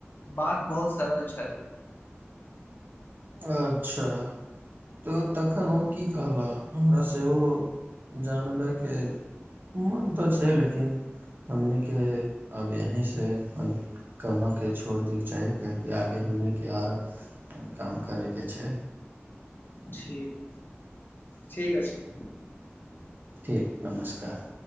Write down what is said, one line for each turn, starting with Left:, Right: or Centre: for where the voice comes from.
Left: बात बहुत सरल छल
Right: अच्छा तऽ तखन ओ की कहलह हमरा सेहो जानबयके मन तऽ छै लेकिन हमनिके आब यहीँ सँ अपन कमयके छोड़ि दयके चाही काहेकि आगे हमनिके आर काम करैके छै
Left: ठीक ठीक अछि
Right: ठीक नमस्कार